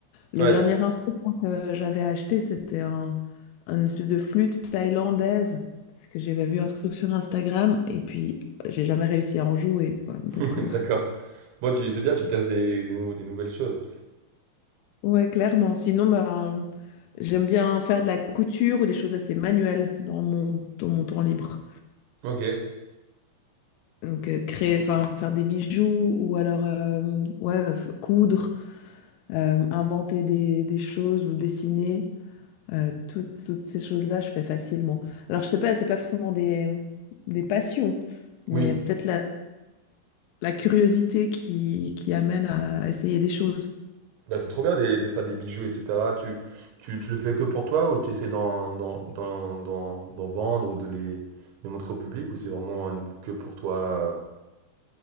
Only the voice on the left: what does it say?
Le
dernier instrument que j'avais acheté, c'était un, une espèce de flûte thaïlandaise. Parce que j'avais vu un truc sur Instagram et puis euh, j'ai jamais réussi à en jouer, quoi.
Donc, euh,
ouais, clairement. Sinon, ben, j'aime bien faire de la couture ou des choses assez manuelles dans mon, dans mon temps libre.
Donc, euh, créer, enfin, faire des bijoux ou alors, euh, ouais, f- coudre, euh, inventer des, des choses ou dessiner. Euh, toutes, toutes ces choses-là, je fais facilement. Alors, je sais pas, c'est pas forcément des, des passions, mais
peut-être la, la curiosité qui, qui amène à essayer des choses.